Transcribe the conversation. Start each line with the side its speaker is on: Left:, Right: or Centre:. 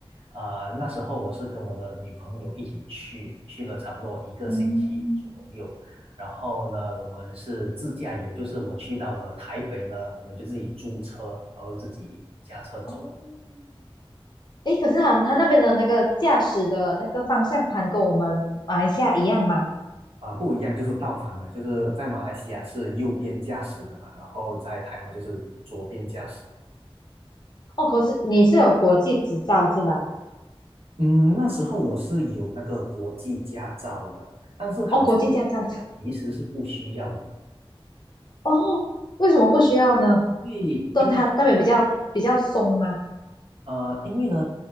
Right: 呃，那时候我是跟我的女朋友一起去，去了差不多一个星期左右。
Left: 嗯，
Right: 然后呢，我们是自驾游，就是我去到了台北呢，我们就自己租车，然后自己驾车走了。
Left: 哦，诶，可是他他那边的那个驾驶的那个方向盘跟我们马来西亚一样吗？
Right: 啊，不一样，就是倒反的，就是在马来西亚是右边驾驶的嘛，然后在台湾就是左边驾驶。
Left: 哦，可是你是有国际执照是吧？
Right: 嗯，那时候我是有那个国际驾照的，但是好像
Left: 哦，国际驾照的。
Right: 其实是不需要的。
Left: 哦，为什么不需要呢？
Right: 因为因为
Left: 都他那边比较比较松吗？
Right: 呃，因为呢，